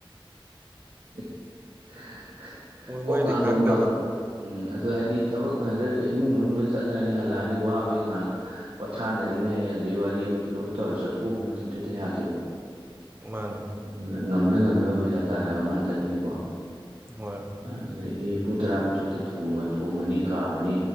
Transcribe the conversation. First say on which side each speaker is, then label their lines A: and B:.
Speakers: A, on the right (about 75°); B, on the right (about 25°).
A: <unintelligible>
B: ꯃꯣꯏ
A: ꯒꯣꯡꯒꯥꯡ
B: ꯃꯣꯏꯅꯗꯤ ꯈꯪꯗꯕ
A: ꯒꯣꯡꯒꯥꯡ ꯎꯝ ꯑꯗꯨ ꯍꯥꯏꯗꯤ ꯊꯕꯛ ꯃꯌꯥꯝꯁꯤꯅ ꯏꯃꯨꯡ ꯃꯅꯨꯡꯗ ꯆꯠꯅꯔꯅꯤ ꯍꯜꯂꯛꯑꯅꯤ ꯋꯥꯕꯒꯤ ꯉꯥꯏꯍꯥꯛ ꯄꯣꯊꯥꯅꯔ ꯍꯥꯏꯅꯤꯡꯉꯩꯦ ꯡꯑꯗꯨꯗꯗꯒꯤ ꯋꯥꯔꯤ ꯑꯃ ꯀꯤꯂꯣꯝ ꯇꯧꯔꯒ ꯆꯠꯊꯣꯛꯎꯕ ꯃꯇꯝꯗꯗꯤꯦꯇ ꯌꯥꯗꯦꯕ
B: ꯃꯥꯅꯦ
A: ꯑꯗꯨꯅ ꯉꯝꯅ ꯉꯝꯅꯕ ꯄꯩꯁꯥ ꯇꯥꯟꯅꯕ ꯉꯥꯛꯇꯅꯤꯅꯀꯣ
B: ꯍꯣꯏ
A: ꯑꯗꯨꯗꯒꯤ ꯄꯨꯡ ꯇꯔꯥꯃꯥꯊꯣꯏꯗ ꯊꯣꯡꯉꯅꯤ ꯀꯥꯝꯃꯅꯤ